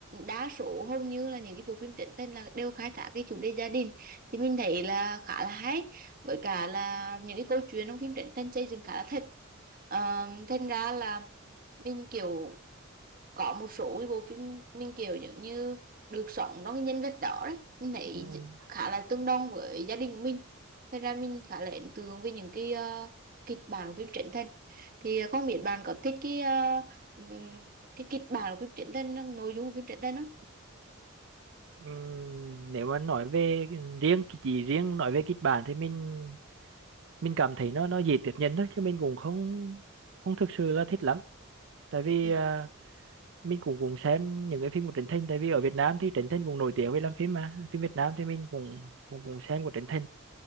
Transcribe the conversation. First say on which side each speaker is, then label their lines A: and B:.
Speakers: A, on the right (about 45°); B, on the right (about 60°).
A: Đa số hầu như là những cái bộ phim Trấn Thành là đều khai thác cái chủ đề gia đình thì mình thấy là khá là hay với cả là những cái câu chuyện trong phim Trấn Thành xây dựng khá là thật Ờ, thành ra là mình kiểu có một số cái bộ phim mình kiểu giống như được sống trong cái nhân vật đó đấy mình thấy
B: Ừ.
A: khá là tương đồng với gia đình của mình thành ra mình khá là ấn tượng với những cái ờ, kịch bản của phim Trấn Thành thì ờ, không biết bạn có thích cái ờ, ừm, cái kịch bản của phim Trấn Thành nội dung của phim Trấn Thành không?
B: Ừm, nếu mà nói về riêng chỉ riêng nói về kịch bản thì mình mình cảm thấy nó nó dễ tiếp nhận thôi chứ mình cũng không không thực sự là thích lắm tại vì
A: Ừ.
B: à, mình cũng cũng xem những cái phim của Trấn Thành tại vì ở Việt Nam thì Trấn Thành cũng nổi tiếng về làm phim mà phim Việt Nam thì mình cũng cũng cũng xem của Trấn Thành